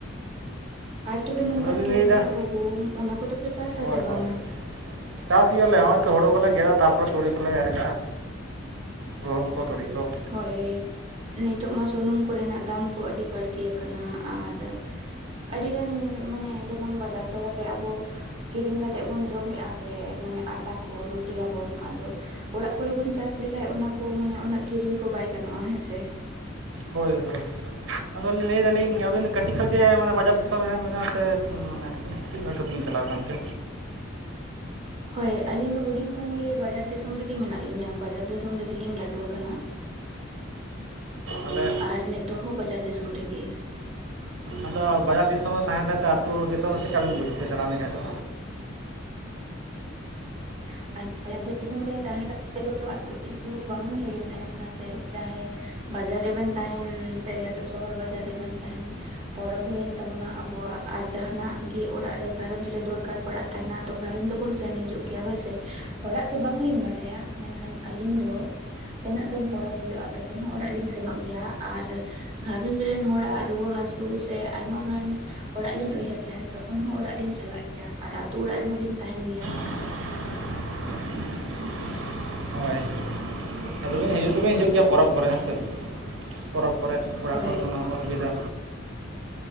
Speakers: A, on the right (about 30°); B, on the right (about 75°).
A: ᱟᱨ ᱛᱚᱵᱮ ᱱᱚᱝᱠᱟ
B: ᱟᱫᱚᱞᱤᱧ
A: ᱛᱩᱲᱤ,
B: ᱞᱟᱹᱭᱫᱟ
A: ᱜᱩᱦᱩᱢ, ᱚᱱᱟ ᱠᱚᱫᱚᱯᱮ ᱪᱟᱥᱟ
B: ᱦᱳᱭ
A: ᱥᱮ ᱵᱟᱝᱟ?
B: ᱦᱳᱭ ᱪᱟᱥ ᱜᱮᱭᱟᱞᱮ ᱦᱚᱼᱚᱭ ᱛᱚ ᱦᱳᱲᱳ ᱠᱚᱞᱮ ᱜᱮᱫᱟ, ᱛᱟᱨᱯᱚᱨᱮ ᱛᱩᱲᱤ ᱠᱚᱞᱮ ᱮᱨ ᱠᱟᱜᱼᱟ᱾ ᱜᱩᱦᱩᱢ ᱠᱚ ᱛᱩᱲᱤ ᱠᱚ᱾
A: ᱦᱳᱭ, ᱱᱤᱛᱚᱜ ᱢᱟ ᱥᱩᱱᱩᱢ ᱠᱚᱨᱮᱱᱟᱜ ᱫᱟᱢ ᱠᱚ ᱟᱹᱰᱤ ᱵᱟᱹᱲᱛᱤᱭᱟᱠᱟᱱᱟ ᱟᱨ ᱟᱹᱰᱤᱜᱟᱱ ᱢᱟᱱᱮ ᱡᱮᱢᱚᱱ ᱵᱟᱡᱟᱨ ᱥᱚᱦᱚᱨ ᱨᱮ ᱟᱵᱚ ᱠᱤᱨᱤᱧ ᱠᱟᱛᱮᱫ ᱵᱚᱱ ᱡᱚᱢᱮᱫᱼᱟ ᱥᱮ, ᱢᱟᱱᱮ ᱟᱴᱟ ᱠᱚ ᱨᱩᱴᱤᱭᱟᱵᱚᱱ ᱟᱫᱚ ᱚᱲᱟᱜ ᱠᱚᱨᱮ ᱵᱚᱱ ᱪᱟᱥ ᱞᱮᱠᱟᱱᱡ ᱚᱱᱟ ᱠᱚ ᱢᱟᱱᱮ ᱩᱱᱟᱹᱜ ᱠᱤᱨᱤᱧ ᱠᱚ ᱵᱟᱭ ᱜᱟᱱᱚᱜᱼᱟ ᱦᱮᱸᱥᱮ᱾
B: ᱦᱳᱭ ᱦᱳᱭ᱾ ᱟᱫᱚ ᱞᱟᱹᱭ ᱫᱟᱞᱤᱧ ᱟᱹᱵᱤᱱ ᱫᱚ ᱠᱟᱹᱴᱤᱡ ᱠᱷᱚᱡ ᱜᱮ ᱢᱟᱱᱮ ᱵᱟᱡᱟᱨ ᱫᱤᱥᱚᱢ ᱨᱮ ᱦᱮᱱᱟᱜ ᱵᱤᱱᱟ ᱥᱮ ᱪᱮᱫ ᱟᱸᱱᱴᱟ ᱛᱮᱵᱤᱱ ᱪᱟᱞᱟᱣ ᱠᱟᱱᱛᱮ?
A: <unintelligible> ᱦᱳᱭ ᱟᱹᱞᱤᱧ ᱫᱚ ᱦᱩᱰᱤᱧ ᱠᱷᱚᱱ ᱜᱮ ᱵᱟᱡᱟᱨ ᱫᱤᱥᱚᱢ ᱨᱮᱜᱮ ᱢᱮᱱᱟᱜ ᱞᱤᱧᱟᱹ, ᱵᱟᱡᱟᱨ ᱫᱤᱥᱚᱢ ᱨᱮᱜᱮᱞᱤᱧ ᱞᱟᱹᱴᱩ ᱟᱠᱟᱱᱟ᱾
B: ᱟᱞᱮ
A: ᱟᱜ ᱟᱨ ᱱᱤᱛᱳᱜ ᱦᱚᱸ ᱵᱟᱡᱟᱨ ᱫᱤᱥᱚᱢ ᱨᱮᱜᱤ᱾
B: ᱟᱫᱚ ᱵᱟᱡᱟᱨ ᱫᱤᱥᱚᱢ ᱨᱮ ᱛᱟᱦᱮᱸᱛᱮ ᱟᱹᱛᱩ ᱫᱤᱥᱚᱢ ᱪᱮᱫᱠᱟ ᱵᱮᱱ ᱵᱩᱡᱽᱛᱮ ᱪᱟᱞᱟᱣ ᱞᱮᱱᱠᱷᱟᱡ ᱫᱚ?
A: <unintelligible> ᱫᱤᱥᱚᱢ ᱨᱮ ᱛᱟᱦᱮᱸ ᱠᱟᱛᱮ ᱫᱚ <unintelligible> ᱫᱤᱥᱚᱢ ᱫᱚ ᱵᱟᱝᱵᱚᱱ ᱦᱤᱲᱤᱧ ᱛᱟᱦᱮᱱᱟ ᱥᱮ ᱪᱟᱦᱮ ᱵᱟᱡᱟᱨ ᱨᱮᱵᱮᱱ ᱛᱟᱦᱮᱱ ᱥᱮ ᱞᱟᱹᱴᱩ ᱥᱚᱦᱚᱨ ᱵᱟᱡᱟᱨ ᱨᱮᱵᱮᱱ ᱛᱟᱦᱮᱱ᱾ ᱯᱚᱨᱚᱵᱽ ᱦᱩᱭᱮᱱ ᱛᱟᱵᱚᱱᱟ ᱟᱵᱚᱣᱟᱜ ᱟᱨ ᱡᱟᱦᱟᱱᱟᱜ ᱜᱮ ᱚᱲᱟᱜ ᱨᱮ ᱜᱷᱟᱸᱨᱚᱸᱡᱽ ᱨᱮ ᱫᱚᱨᱠᱟᱨ ᱯᱟᱲᱟᱜ ᱛᱟᱦᱮᱱᱟ ᱛᱚ ᱜᱷᱟᱨᱚᱸᱡᱽ ᱫᱚ ᱵᱚᱱ ᱥᱮᱱ ᱦᱤᱡᱩᱜ ᱜᱮᱭᱟ ᱦᱳᱭ ᱥᱮ, ᱦᱚᱲᱟᱜ ᱛᱚ ᱵᱟᱝᱞᱤᱧ ᱵᱟᱰᱟᱭᱟ ᱢᱮᱱᱠᱷᱟᱱ ᱟᱹᱞᱤᱧ ᱫᱚ ᱛᱤᱱᱟᱹᱜ ᱫᱚᱢ ᱯᱚᱨᱚᱵᱽ ᱦᱳᱭᱳᱜᱼᱟ, ᱛᱚᱠᱷᱚᱱ ᱦᱚᱸ ᱚᱲᱟᱜ ᱞᱤᱧ ᱥᱮᱱᱚᱜ ᱜᱮᱭᱟ ᱟᱨ ᱜᱷᱟᱨᱚᱡᱽ ᱨᱮᱱ ᱦᱚᱲᱟᱜ ᱨᱩᱣᱟᱹ ᱦᱟᱥᱩ ᱥᱮ ᱟᱭᱢᱟ ᱜᱟᱱ ᱚᱲᱟᱜ ᱞᱤᱧ ᱩᱭᱦᱟᱹᱨ ᱛᱟᱦᱮᱱ ᱛᱚᱠᱷᱚᱱ ᱦᱚᱸ ᱚᱲᱟᱜ ᱞᱤᱧ ᱪᱟᱞᱟᱜ ᱜᱮᱭᱟ, ᱟᱨ ᱟᱛᱩ ᱚᱲᱟᱜ ᱨᱮᱦᱚᱸ ᱞᱤᱧ ᱛᱟᱦᱮᱱ ᱜᱮᱭᱟ᱾
B: <unintelligible> ᱦᱳᱭ ᱟᱫᱚ ᱦᱤᱡᱩᱜ ᱫᱚᱵᱤᱱ ᱦᱤᱡᱩᱜ ᱜᱮᱭᱟ ᱯᱚᱨᱚᱵᱽ ᱠᱚᱨᱮ ᱦᱮᱸᱥᱮ, ᱯᱚᱨᱚᱵᱽ ᱠᱚᱨᱮ ᱚᱲᱟᱜ
A: ᱦᱳᱭ
B: ᱠᱚᱨᱮ ᱠᱳᱱᱳ ᱚᱥᱩᱵᱤᱫᱟ